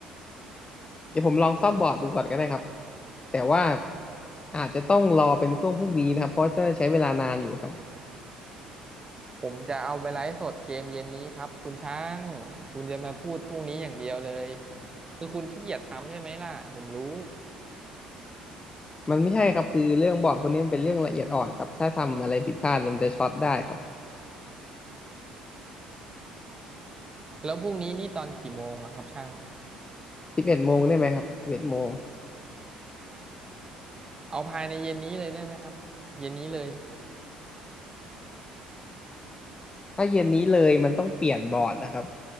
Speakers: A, on the left (about 25°); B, on the right (about 20°).
A: เดี๋ยวผมลองซ่อมบอร์ดดูก่อนก็ได้ครับแต่ว่าอาจจะต้องรอเป็นช่วงพรุ่งนี้นะครับเพราะจะใช้เวลานานอยู่ครับ
B: ผมจะเอาไปไลฟ์สดเกมเย็นนี้ครับคุณช่างคุณจะมาพูดพรุ่งนี้อย่างเดียวเลยคือคุณขี้เกียจทำใช่ไหมล่ะผมรู้
A: มันไม่ใช่ครับคือเรื่องบอร์ดพวกนี้มันเป็นเรื่องละเอียดอ่อนครับถ้าทำอะไรผิดพลาดมันจะช็อตได้ครับ
B: แล้วพรุ่งนี้นี่ตอนกี่โมงอะครับช่าง
A: สิบเอ็ดโมงได้ไหมครับสิบเอ็ดโมง
B: เอาภายในเย็นนี้เลยได้ไหมครับเย็นนี้เลย
A: ถ้าเย็นนี้เลยมันต้องเปลี่ยนบอร์ดนะครับ